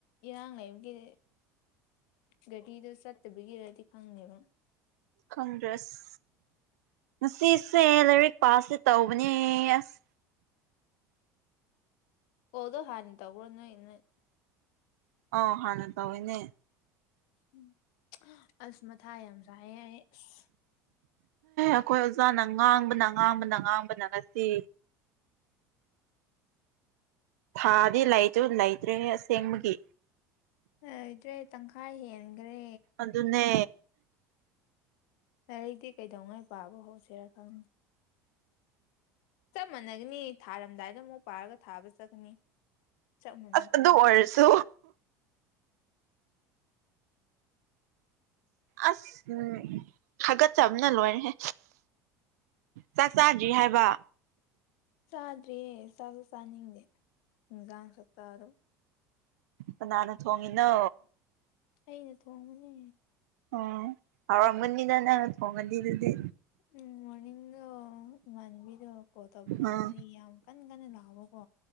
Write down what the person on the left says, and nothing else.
ꯏꯔꯥꯡ ꯂꯩꯕꯒꯤꯔꯦ ꯒꯥꯇ꯭ꯔꯤꯗꯣ ꯆꯠꯇꯕꯤꯒꯤꯔꯗꯤ ꯈꯪꯅꯦꯕ
ꯑꯣ ꯗꯣ ꯍꯥꯟꯅ ꯇꯧꯕ꯭ꯔꯣ ꯅꯣꯏ ꯅꯣꯏ
ꯎꯝ ꯑꯁ ꯃꯊꯥ ꯌꯥꯝ ꯁꯥꯏꯌꯦ ꯑꯩ ꯑꯨꯁ
ꯑꯩꯇ꯭ꯔꯦ ꯇꯪꯈꯥꯏ ꯍꯦꯟꯒ꯭ꯔꯦ
ꯂꯥꯏꯔꯤꯛꯇꯤ ꯀꯩꯗꯧꯉꯩ ꯄꯥꯕ ꯍꯧꯁꯤꯔꯥ ꯈꯪ ꯆꯞ ꯃꯥꯟꯅꯒꯅꯤ ꯊꯥꯔꯝꯗꯥꯏꯗ ꯑꯃꯨꯛ ꯄꯥꯔꯒ ꯊꯥꯕ ꯆꯠꯀꯅꯤ ꯆꯞ ꯃꯥꯟꯅꯈ꯭ꯔꯅꯤ
ꯆꯥꯗ꯭ꯔꯤꯌꯦ ꯆꯥꯛꯁꯨ ꯆꯥꯅꯤꯡꯗꯦ ꯏꯟꯖꯥꯡ ꯁꯛꯇꯗꯨꯒ
ꯑꯩ ꯊꯣꯡꯕꯅꯦ
ꯎꯝ ꯃꯣꯔꯅꯤꯡꯗꯣ ꯏꯃꯅꯕꯤꯗꯦ ꯀꯣꯜ ꯀꯧꯕ ꯀꯥꯟꯅ
ꯑꯩ ꯌꯥꯝ ꯀꯟ ꯀꯟꯅ ꯂꯥꯎꯑꯣꯀꯣ